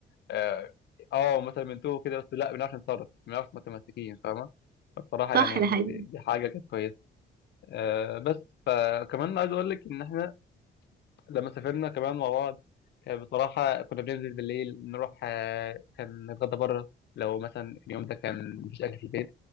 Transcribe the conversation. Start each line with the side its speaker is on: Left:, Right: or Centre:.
Left: اه آه، مثلا بنتوه كده بس لا بنعرف نتصرف بنعرف متمسكين فاهمه فبصراحه
Right: صح
Left: يعني
Right: ده حقيقي
Left: دي دي حاجه كانت كويسه آه، بس فكمان عايز اقول لك ان احنا لما سافرنا كمان مع بعض كان بصراحه كنا بننزل بالليل نروح آه، كان نتغدى بره لو مثلا اليوم ده كان مفيش اكل في البيت